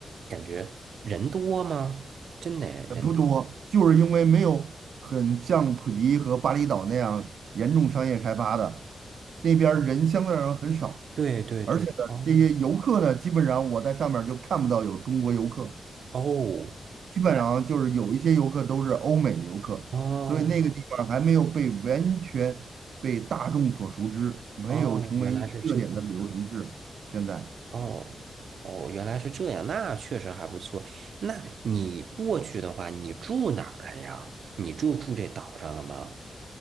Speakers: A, on the right (about 70°); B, on the right (about 90°).
A: 感觉人多吗？真的哎人多。
B: 呃不多，就是因为没有很像普吉和巴厘岛那样严重商业开发的，那边儿人相对来说很少，
A: 哦对对对，
B: 而且呢，
A: 哦
B: 这些游客呢，基本上我在上面儿就看不到有中国游客。
A: 哦，
B: 基本上就是有一些游客都是欧美的游客，
A: 那哦
B: 所以那个地方还没有被完全被大众所熟知，没有成为一个热点的旅游城市。
A: 哦，原来是这样，
B: 现在，
A: 哦哦，原来是这样，那确实还不错。那你过去的话，你住哪儿了呀？你就住这岛上了吗？